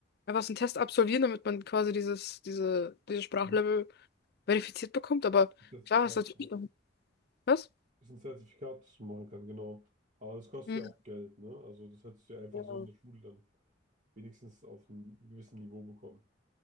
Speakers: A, on the left (about 60°); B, on the right (about 45°).
A: einfach so einen Test absolvieren, damit man quasi dieses, diese, dieses Sprachlevel
B: Mhm.
A: verifiziert bekommt. Aber
B: Zertifikat,
A: klar, ist natürlich
B: ja.
A: noch. Was?
B: ist ein Zertifikat, das man machen kann, genau. Aber das Ja. kostet
A: Mhm.
B: ja auch Geld, ne? Also das hättest du ja einfach
A: Ja.
B: so in der Schule dann wenigstens auf einem gewissen Niveau bekommen.